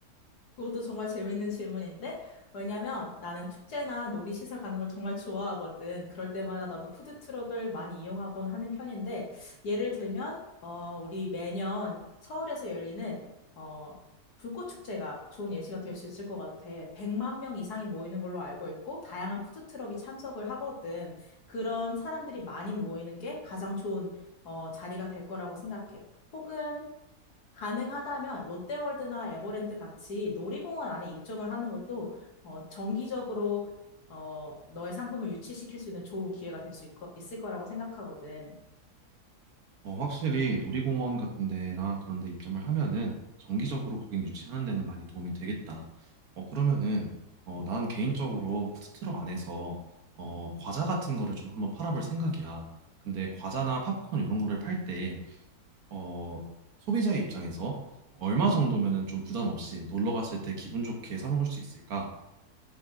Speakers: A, on the left; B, on the right.
A: 그것도 정말 재밌는 질문인데, 왜냐면 나는 축제나 놀이시설 가는 걸 정말 좋아하거든. 그럴 때마다 나도 푸드트럭을 많이 이용하곤 하는 편인데, 예를 들면, 어, 우리 매년 서울에서 열리는, 어, 불꽃축제가 좋은 예시가 될 수 있을 것 같아. 100만 명 이상이 모이는 걸로 알고 있고, 다양한 푸드트럭이 참석을 하거든. 그런 사람들이 많이 모이는 게 가장 좋은, 어, 자리가 될 거라고 생각해. 혹은 가능하다면 롯데월드나 에버랜드 같이 놀이공원 안에 입점을 하는 것도 어, 정기적으로 어, 너의 상품을 유치시킬 수 있는 좋은 기회가 될 수 있을 거라고 생각하거든.
B: 어, 확실히 놀이공원 같은 데나 그런 데 입점을 하면은 정기적으로 고객 유치하는 데는 많이 도움이 되겠다. 어, 그러면은 어, 난 개인적으로 푸드트럭 안에서 어, 과자 같은 거를 좀 한번 팔아볼 생각이야. 근데 과자나 팝콘 이런 거를 팔 때 어, 소비자의 입장에서 얼마 정도면은 좀 부담 없이 놀러 갔을 때 기분 좋게 사 먹을 수 있을까?